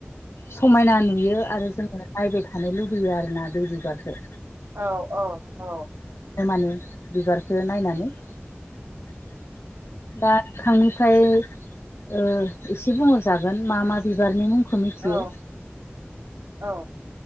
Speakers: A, on the left; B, on the right.
A: समायना नुयो आरो जोङो नायबाय थानो लुबैयो आरो ना बे बिबारखो।
B: औ औ अ अ
A: माने बिबारखो नायनानै। दा <unintelligible> ओ एसे बुंहर जागोन मा मा बिबारनि मुंखो मिथियो।
B: औ औ।